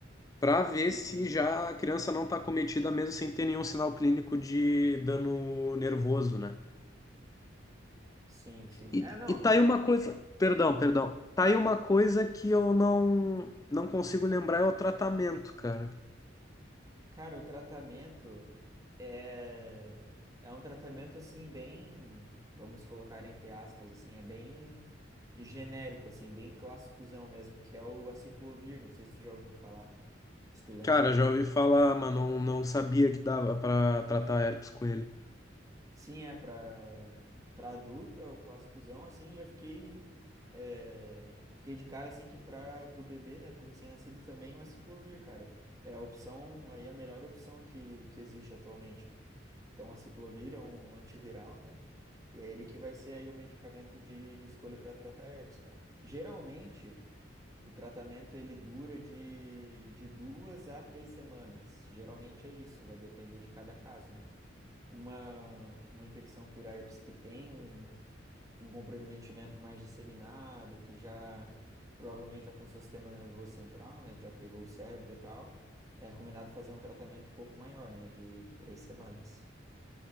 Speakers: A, on the left; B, on the right.
A: para ver
B: uhum,
A: se já a criança não está acometida mesmo sem ter nenhum sinal clínico de dano nervoso, né?
B: Sim, sim.
A: E,
B: É, não.
A: e tá aí uma coisa, perdão, perdão, tá aí uma coisa que eu não não consigo lembrar é o tratamento, cara.
B: Cara, o tratamento é é um tratamento assim bem, vamos colocar entre aspas assim, é bem genérico assim, bem clássicozão mesmo, que é o aciclovir, não sei se tu já ouviu falar, se tu lembra.
A: Cara, já ouvi falar, mas não, não sabia que dava para tratar herpes com ele.
B: Sim, é pra para adulto, é o clássicozão, assim, e eu fiquei é, fiquei de cara assim que para pro bebê, né, pro recém-nascido também é o aciclovir, cara. É a opção, aí a melhor opção que, que existe atualmente. Então, o aciclovir é um antiviral, né? E é ele que vai ser aí o medicamento de, de escolha para tratar herpes, cara. Geralmente, o tratamento ele dura de, de duas a três semanas. Geralmente é isso, vai depender de cada caso, né? uma, uma infecção por herpes que tem um, um comprometimento mais disseminado, que já provavelmente alcançou o sistema nervoso central, né, que já pegou o cérebro e tal, é recomendado fazer um tratamento um pouco maior, né, de, de três semanas.